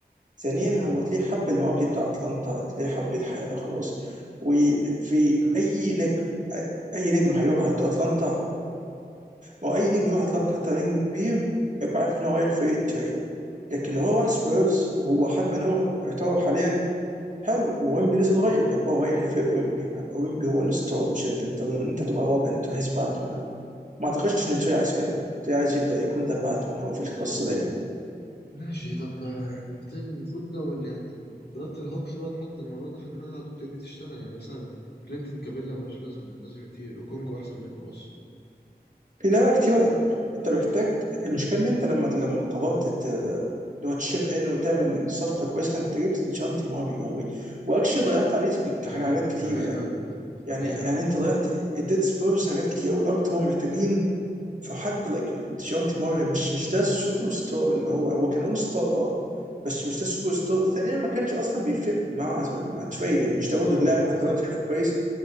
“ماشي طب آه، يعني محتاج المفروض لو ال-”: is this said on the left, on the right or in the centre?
Left